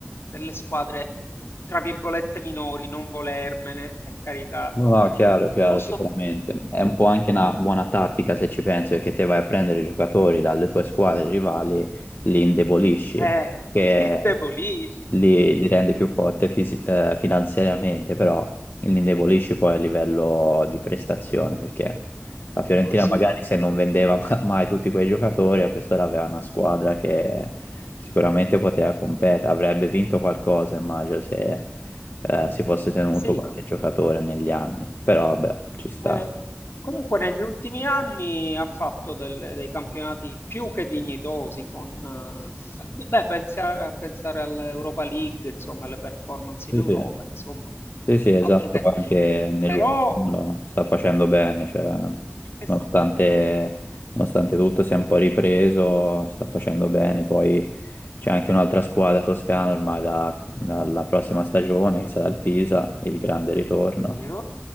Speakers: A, on the left; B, on the left.
A: delle squadre, tra virgolette, "minori", non volermene, per carità.
B: No, no, chiaro, chiaro,
A: Posto
B: sicuramente. È un po'
A: eh,
B: anche una buona tattica se ci pensi, perché te vai a prendere i giocatori dalle tue squadre rivali, li indebolisci.
A: <laughs>
B: Che
A: li indebolisce.
B: li, li rende più forte fisi- eh, finanziariamente, però li indebolisci poi a livello di prestazione, perché la Fiorentina
A: Così.
B: magari se non vendeva ma- mai tutti quei giocatori, a quest'ora aveva una squadra che sicuramente poteva competere, avrebbe vinto qualcosa, immagino, se eh, si fosse tenuto
A: Sì,
B: qualche giocatore negli anni, però vabbè, ci sta.
A: Eh, comunque negli ultimi anni ha fatto delle- dei campionati più che dignitosi con, eh, beh, pensi a, a pensare all'Europa League, insomma, alle performance
B: Sì,
A: in Europa,
B: sì.
A: insomma,
B: Sì, sì, esatto,
A: altro che.
B: poi anche nell'ultimo
A: Però
B: anno sta facendo bene, cioè,
A: è
B: nonostante,
A: s-
B: nonostante tutto si è un po' ripreso, sta facendo bene, poi c'è anche un'altra squadra toscana ormai da- dalla prossima stagione, che sarà il Pisa, il grande ritorno.
A: vero,